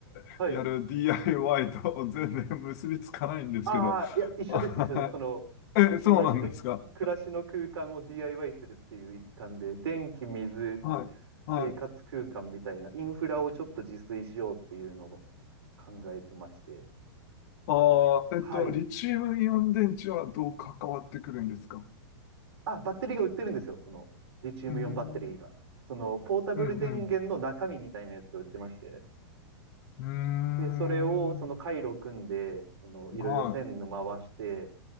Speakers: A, on the right; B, on the left.
A: はい。
B: <laughs> やる DIY と全然結びつかないんですけど
A: ああ、いや、一緒です、
B: <laughs>
A: 一緒です。その、
B: え、そうなんですか
A: 同じです。暮らしの空間を DIY するっていう一環で、電気、水、
B: はい。
A: 生活空間みたいなインフラをちょっと自炊しようっていうのを
B: はい
A: 考えてまして。
B: ああ、
A: はい。
B: えっと、リチウムイオン電池はどう関わってくるんですか
A: あ、バッテリーが売ってるんですよ。その、リチウムイオンバッテリーが。
B: うーん、
A: その、ポータブル電源の中身みたいなやつが売ってまして。
B: うん、うん。うーん、
A: で、それを、その回路組んで、その、いろいろ線の回して、
B: は